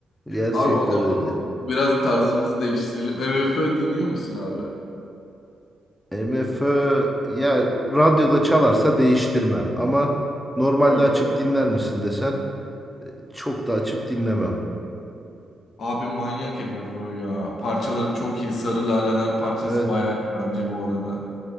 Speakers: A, in the centre; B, on the left.
A: gerçekten
B: Abi o zaman
A: öyle.
B: biraz tarzımızı değiştirelim. MFÖ dinliyor musun abi? <laughs>
A: MFÖ ya radyoda
B: Heh,
A: çalarsa değiştirmem ama normalde
B: Öyle
A: açıp
B: mi?
A: dinler misin desen çok da açıp dinlemem.
B: Abi manyak MFÖ ya. Parçaları çok iyi. Sarı Laleler parçası
A: Evet.
B: bayağı iyi bence bu arada.